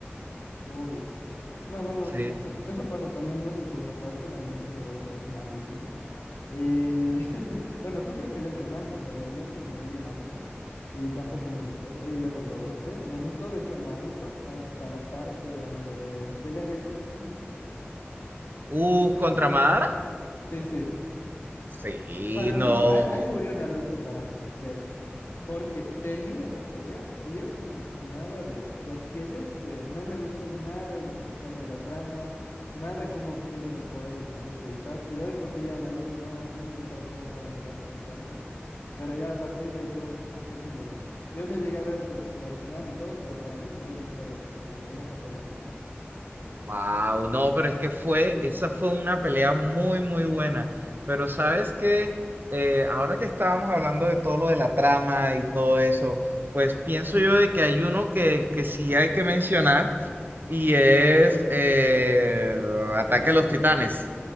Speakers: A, on the left; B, on the right.
A: Uy. No, bueno,
B: Sí.
A: es que eso pasa también. No sé si notaste, la animación de Boruto es malísima. Y <laughs> bueno, tú creo que lees el manga, pero yo sí me vi el anime y tampoco me gustó. Y ahí yo lo dropé. Me gustó, de hecho, Naruto hasta la parte donde pelea Gai Sensei.
B: Uh, contra Madara.
A: Sí, sí.
B: Sí,
A: Para
B: no.
A: mí, ahí, ahí murió Naruto, para mí, de hecho. Porque termina esa pelea y es una fumada de, de aquellas que no me gustó nada lo que cambia la trama, nada cómo obtienen los poderes Naruto y Sasuke. Ya de por sí ya Naruto no, no me gustaba cómo lo estaban llevando desde antes, pero ya a partir de ahí fue un... hasta aquí llegó. Yo me llegué a ver hasta, hasta el final y todo, pero para mí murió la historia eh, en esa pelea.
B: Wow, no, pero es que fue, esa fue una pelea muy, muy buena. Pero sabes que ahora que estábamos hablando de todo lo de la trama y todo eso, pues pienso yo de que hay uno que, que sí hay que mencionar y es eh, Ataque
A: Shingeki
B: a los
A: no
B: Titanes.
A: Kyojin,